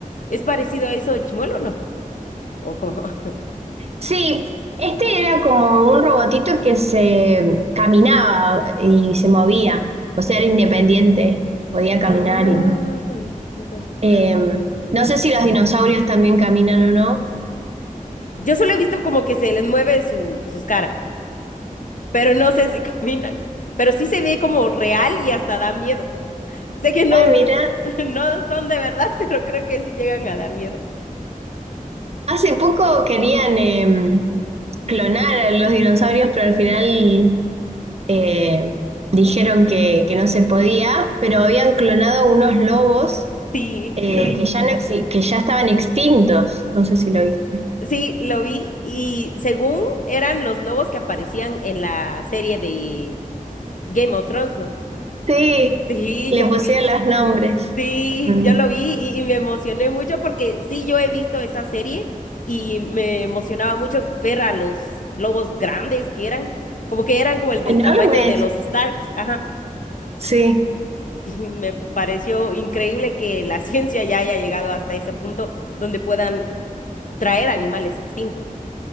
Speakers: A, on the left; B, on the right.
A: ¿Es parecido a eso, Chimuelo o no? O como, <laughs>
B: Sí, este era como un robotito que se caminaba y se movía, o sea, era independiente, podía
A: ah,
B: caminar y todo.
A: entiendo.
B: Eh,
A: Oh, ujú.
B: no sé si los dinosaurios también caminan o no.
A: Yo solo he visto como que se les mueve su, sus caras. pero no sé si <laughs> caminan. Pero sí se ve como real y hasta da miedo. Sé que no,
B: Ay, mira,
A: no, <laughs> no son de verdad, <laughs> pero creo que sí llegan a dar miedo.
B: hace poco querían eh, clonar a los dinosaurios, pero al final eh, dijeron que, que no se podía, pero habían clonado unos lobos
A: Sí,
B: eh,
A: lo vi.
B: que ya no exi- que ya estaban extintos, no sé si lo viste.
A: Sí, lo vi. Y según eran los lobos que aparecían en la serie de Game of Thrones, ¿no?
B: Sí,
A: Sí,
B: le
A: yo lo
B: pusieron
A: vi.
B: los nombres.
A: Sí,
B: Mm.
A: yo lo vi y, y me emocioné mucho porque sí, yo he visto esa serie y me emocionaba mucho ver a los lobos grandes que eran, como que eran como el del
B: Enormes.
A: tamaño de los Starks, ajá. <laughs>
B: Sí,
A: Y me pareció increíble que la <laughs> ciencia ya haya llegado hasta ese punto donde puedan traer animales extintos,